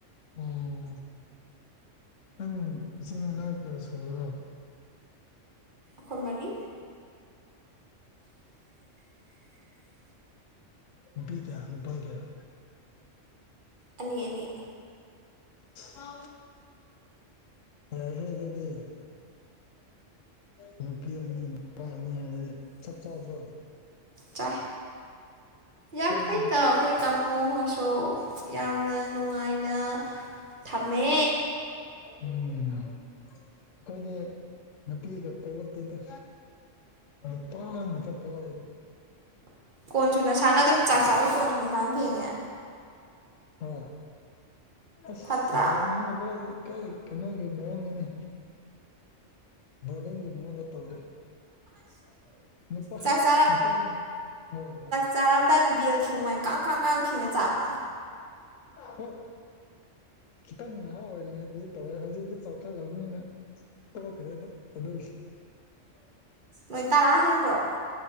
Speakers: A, on the left (about 80°); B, on the right (about 45°).
A: ꯑꯣꯝ ꯅꯪ ꯏꯆꯤꯟ ꯏꯅꯥꯎ ꯀꯌꯥ ꯁꯨꯔꯔꯣ
B: ꯈꯃꯅꯤ <inaudible>
A: ꯕꯤꯒ꯭ꯥꯟ ꯕꯒꯦꯜ
B: ꯑꯅꯤ ꯑꯅꯤ
A: ꯍ ꯑꯦ ꯍꯦ ꯑꯗꯨꯗꯤ ꯅꯨꯄꯤ ꯑꯅꯤ ꯅꯨꯄꯥ ꯑꯅꯤ ꯍꯥꯏꯕꯗꯤ ꯆꯞ ꯆꯥꯗ꯭ꯔꯣ
B: ꯆꯥꯏ
A: ꯑꯩꯈꯣꯏꯗꯤ
B: ꯌꯥꯝ ꯐꯩꯗ
A: ꯅꯨꯄꯥ
B: ꯑꯩꯈꯣꯏ ꯇꯥꯝꯃꯣꯍꯣꯏꯁꯨ ꯌꯥꯝꯅ ꯅꯨꯡꯉꯥꯏꯅ ꯊꯝꯃꯦ
A: ꯎꯝ ꯑꯩꯈꯣꯏꯗꯤ ꯅꯨꯄꯤꯒ ꯄꯣꯛꯂꯛꯇꯦꯗ ꯅꯨꯄꯥꯉꯥꯛꯇ ꯄꯣꯛꯑꯦꯗ
B: ꯀꯣꯟꯁꯨ ꯅꯁꯥꯅ ꯑꯗꯨꯝ ꯆꯥꯛ ꯆꯥꯕ ꯀꯣꯟꯁꯨ ꯅꯁꯥꯅ ꯐꯦꯡꯉꯦ
A: ꯍꯣ ꯑꯁ
B: ꯐꯠꯇ꯭ꯔꯥ
A: ꯌꯥꯕꯅꯤꯍꯦ ꯑꯩꯈꯣꯢꯗꯤ ꯀꯩ ꯀꯩꯅꯣꯒꯤ ꯃꯑꯣꯡꯅꯤꯅꯦ ꯕꯣꯔꯗꯤꯡꯒꯤ ꯃꯑꯣꯡꯗ ꯇꯧꯔꯦ ꯅꯨꯄꯥ
B: ꯆꯥꯛ ꯆꯥꯔꯥ
A: ꯅꯨꯄꯥ ꯍꯣꯏ ꯍꯣꯏ
B: ꯆꯥꯔꯝꯗꯥꯏ ꯕꯦꯜ ꯡꯉꯨꯥꯏ ꯀꯥꯡꯈ ꯀꯥꯡ ꯈꯤꯉ ꯆꯥꯕ꯭ꯔꯥ
A: ꯍꯣꯏ ꯈꯤꯇꯪ ꯅꯍꯥ ꯑꯣꯏꯔꯤꯉꯩ ꯑꯗꯨꯗꯤ ꯇꯧꯋꯦ ꯍꯧꯖꯤꯛꯇꯤ ꯆꯥꯎꯈꯠꯂꯕꯅꯤꯅ ꯇꯣꯛꯈ꯭ꯔꯦꯗ ꯑꯗꯨꯁꯤ
B: ꯅꯣꯏ ꯇꯔꯥ ꯍꯦꯟꯕ꯭ꯔꯣ